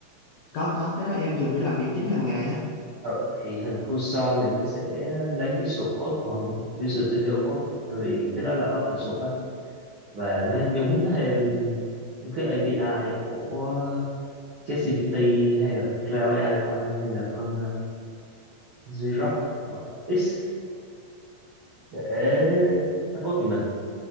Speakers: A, on the left; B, on the right.
A: có có cái đó em dùng để làm việc chính hàng ngày á
B: Ờ, thì hình Cursor này nó sẽ lấy cái source code của hình Visual Studio Code tại vì cái đó là open source á và nó nhúng thêm những cái API của ChatGPT hay là con Cloud AI của anh hay là con uh, Grok của X để nó code cho mình